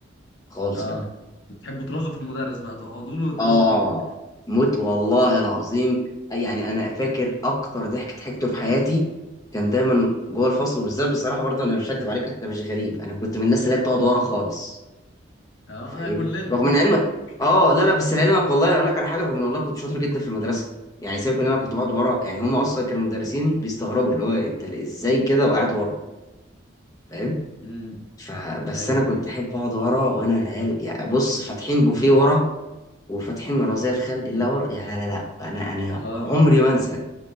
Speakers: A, on the left (about 20°); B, on the left (about 70°).
A: خالص
B: اه
A: بقى
B: بتحبوا ترازوا في المدرس بقى تقعدوا له وترازوا
A: اه
B: فيه
A: موت والله العظيم يعني انا فاكر اكتر ضحك ضحكته في حياتي كان دايما جوه الفصل وبالذات بصراحه برضه انا مش هكدب عليك انت مش غريب انا كنت من الناس اللي هي بتقعد
B: <laughs>
A: ورا خالص
B: اه
A: فايه
B: كلنا
A: رغم ان
B: <laughs> مش
A: علمك
B: لوحدك
A: اه لا لا بس لعلمك والله اقول لك على حاجه رغم ان والله كنت شاطر جدا في المدرسه يعني سيبك ان انا كنت بقعد ورا يعني هم اصلا كانوا مدرسين بيستغربوا اللي هو انت ازاي كده وقاعد ورا فاهم
B: امم
A: فبس
B: ايوه
A: انا كنت
B: ايوه
A: احب اقعد ورا وانا العيال يعني بص فاتحين بوفيه ورا وفاتحين مرازيه في خلق
B: مم.
A: الله ورا يعني لا لا لا انا انا
B: اه
A: عمري ما انسى